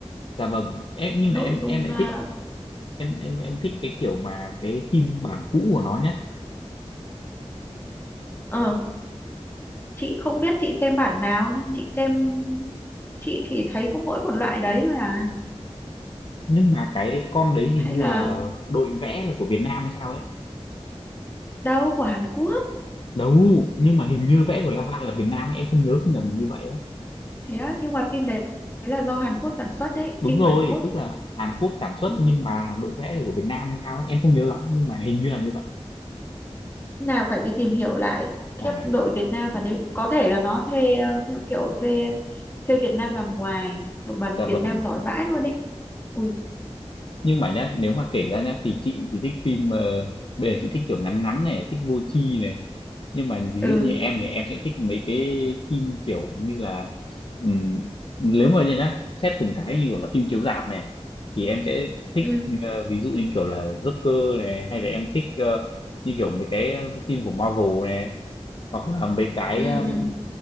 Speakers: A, on the left; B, on the left.
A: dạ vâng em nhưng
B: nội
A: mà em
B: dung
A: em lại
B: ờ,
A: thích
B: Vâng.
A: em em em thích cái kiểu mà cái phim bản cũ của nó nhá
B: ờ, chị không biết chị xem bản nào nhưng chị xem chị thì thấy có mỗi một loại đấy thôi à
A: nhưng mà cái con đấy hình
B: hay
A: như
B: là
A: là đội vẽ là của Việt Nam hay sao ấy
B: đâu của Hàn Quốc
A: đâu nhưng mà hình như vẽ của Lava là Việt Nam ấy. em không nhớ không nhầm là như vậy ấy.
B: thế á, nhưng mà phim đấy, đấy là do Hàn Quốc sản xuất đấy
A: đúng
B: phim
A: rồi
B: của Hàn Quốc
A: tức là Hàn Quốc sản xuất
B: ừ.
A: nhưng mà đội vẽ là của Việt Nam hay sao ấy. em không nhớ lắm nhưng mà hình như là như vậy
B: nào phải đi tìm hiểu lại kiếp
A: à
B: đội Việt Nam và nếu có thể là nó thuê ờ, theo kiểu thuê thuê Việt Nam làm ngoài một mặt
A: dạ vâng
B: Việt Nam giỏi vãi luôn đấy ui
A: nhưng mà nhá nếu mà kể ra nhá thì chị thì thích phim ờ, bây giờ chị thích kiểu ngắn ngắn này thích vô tri này nhưng mà ví
B: ừ
A: dụ như em thì em sẽ thích mấy cái phim kiểu như là ừm, nếu mà nhá xét từng cái như kiểu là phim chiếu rạp này thì em sẽ thích
B: ừ
A: ờ, ví dụ như kiểu là Joker này hay là em thích ờ, như kiểu mấy cái ờ, phim của Marvel này hoặc là mấy cái
B: ừ
A: um,
B: ừ